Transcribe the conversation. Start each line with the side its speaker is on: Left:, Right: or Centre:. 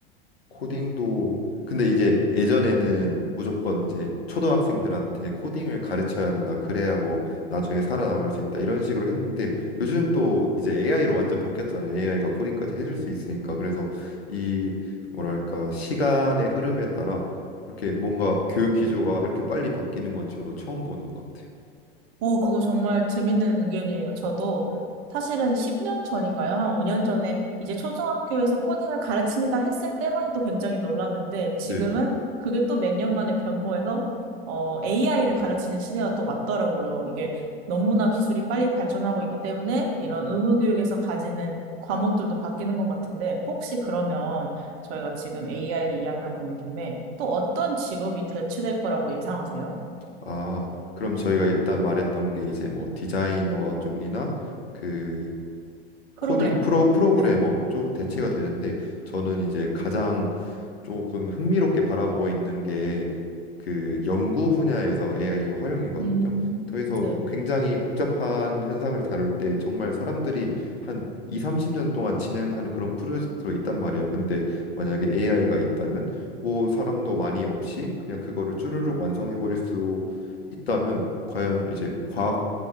Left: 코딩도 근데 이제 예전에는 무조건 이제 초등학생들한테 코딩을 가르쳐야 한다. 그래야 뭐 나중에 살아남을 수 있다. 이런 식으로 했는데 요즘 또 이제 AI로 완전 바뀌었잖아요. AI가 코딩까지 해줄 수 있으니까. 그래서 이 뭐랄까 시간의 흐름에 따라 이렇게 뭔가 교육 기조가 이렇게 빨리 바뀌는 건 저도 처음 보는 것 같아요.
Right: 오, 그거 정말 재밌는 의견이에요. 저도 사실은 10년 전인가요? 한 5년 전에 이제 초등학교에서 코딩을 가르칩니다 했을 때만 해도 굉장히 놀랐는데 지금은
Left: 네네.
Right: 그게 또 몇 년 만에 변모해서 어, AI를 가르치는 시대가 또 왔더라고요. 이게 너무나 기술이 빨리 발전하고 있기 때문에 이런 의무교육에서 가지는 과목들도 바뀌는 것 같은데 혹시 그러면 저희가 지금 AI를 이야기하고 있는 김에 또 어떤 직업이 대체될 거라고 예상하세요?
Left: 아, 그럼 저희가 일단 말했던 게 이제 뭐 디자이너 쪽이나 그
Right: 프로그래머.
Left: 코딩 프로 프로그래머
Right: 네.
Left: 쪽 대체가 되는데 저는 이제 가장 조금 흥미롭게 바라보고 있는 게 그 연구 분야에서 AI의 활용이거든요.
Right: 음,
Left: 그래서
Right: 네,
Left: 굉장히 복잡한 현상을 다룰 때 정말 사람들이 한 2, 30년 동안 진행하는 그런 프로젝트로 있단 말이에요. 근데 만약에 AI가 있다면 뭐 사람도 많이 없이 그냥 그거를 쭈르륵 완성해 버릴 수 있다면 과연 이제 과학